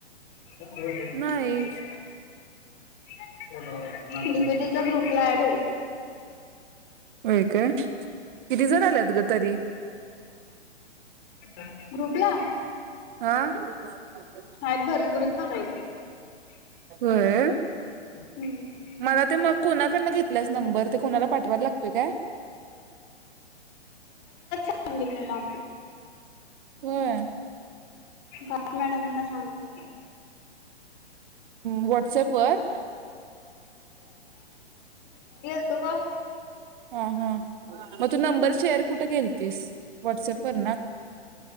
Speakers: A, on the left; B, on the right.
A: <unintelligible>
B: नाही
A: <unintelligible> डीकेटीच्या ग्रुपला ॲड हो.
B: व्हय काय? किती जण आल्यात ग तरी?
A: <unintelligible> ग्रुपला
B: हां <unintelligible>
A: आहेत बऱ्या <unintelligible>
B: होय.
A: हम्म.
B: मला ते मग कोणाकन घेतलीयास नंबर ते कोणाला पाठवायला लागतोय काय?
A: सांगितलं लांब हाय.
B: व्हय.
A: गाडे मॅडमांना सांगीतलय मी.
B: व्हॉट्स ॲपवर
A: तो ब
B: हा हा मग तू नंबर शेअर कुठ केल तीस व्हॉट्सअपवर?